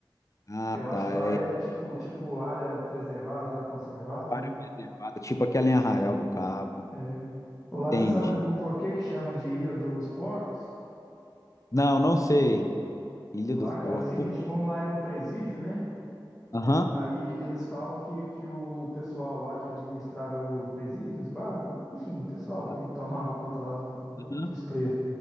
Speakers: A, on the left (about 40°); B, in the centre.
A: Ah,
B: Eu acho
A: tá,
B: que lá
A: é.
B: é tipo, tipo área preservada, área conservada,
A: Área
B: né?
A: preservada, tipo aquela em Arraial do Cabo.
B: É. Lá você
A: Entendi.
B: sabe por por que que chama de Ilha dos Porcos?
A: Não, não sei. Ilha
B: Lá,
A: dos Porcos.
B: cara, é o seguinte,
A: Por quê?
B: como lá era um presídio, né?
A: Aham.
B: Aí eles falam que, que o, o pessoal lá que administrava o presídio, os guardas, enfim, o pessoal
A: Ah,
B: que tomava conta lá do- do-
A: aham.
B: dos presos,